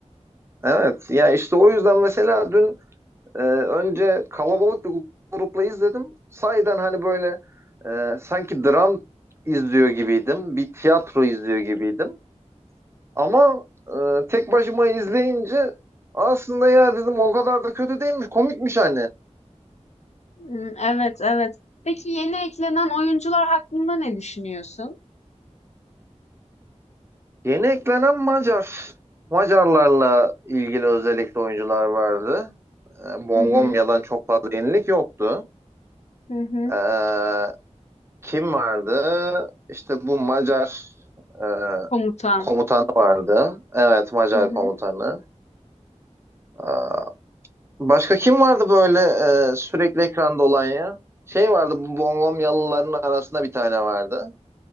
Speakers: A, on the right (about 20°); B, on the left (about 65°).
A: Evet ya işte o yüzden mesela dün e, önce kalabalık bir grupla izledim. Sahiden hani böyle e, sanki dram izliyor gibiydim. Bir tiyatro izliyor gibiydim. Ama e, tek başıma izleyince aslında ya dedim o kadar da kötü değilmiş, komikmiş hani.
B: Hımm, evet, evet. Peki yeni eklenen oyuncular hakkında ne düşünüyorsun?
A: Yeni eklenen Macar. Macarlarla ilgili özellikle oyuncular vardı. E, Bongomya'dan
B: Hı hı.
A: çok fazla yenilik yoktu.
B: Hı hı.
A: E, kim vardı? İşte bu Macar e,
B: Komutan.
A: komutanı vardı. Evet, Macar
B: Hı hı.
A: komutanı. E, başka kim vardı böyle e, sürekli ekranda olan ya? Şey vardı bu Bongomyalıların arasında bir tane vardı.